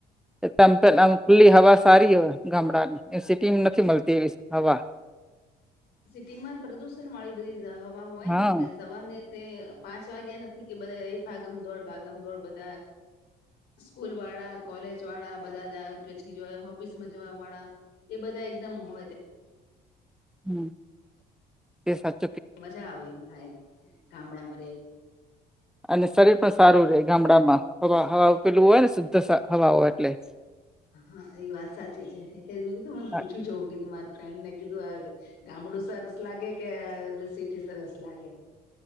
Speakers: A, in the centre; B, on the left.
A: <unintelligible> ખુલ્લી હવા સારી હો ગામડાની સિટીમ નથી મલતી એવી હવા.
B: સિટીમાં પ્રદુષણ વાળી બધી હવા હોય
A: હા
B: ને એમ સવારને તે પાંચ વાગ્યા નથી કે બધા એ ભાગમ દોડ ભાગમ દોડ બધા સ્કૂલ વાળા કોલેજ વાળા બધા પછી જો ઓફિસમાં જવા વાળા. એ બધા એકદમ હોય
A: હમ તે સાચ
B: મજા આવે એમ થાય ગામડામાં રહેવું.
A: અને શરીર પણ સારું રે ગામડામાં હવા હવા પેલું હોય ને શુદ્ધ હવાઓ એટલે.
B: હા એ વાત સાચી છે એટલે જ કીધું
A: હા.
B: પૂછી જોઉં કેધું મારી ફ્રેન્ડ ને કીધું આ ગામડું સરસ લાગે કે અ સિટી સરસ લાગે.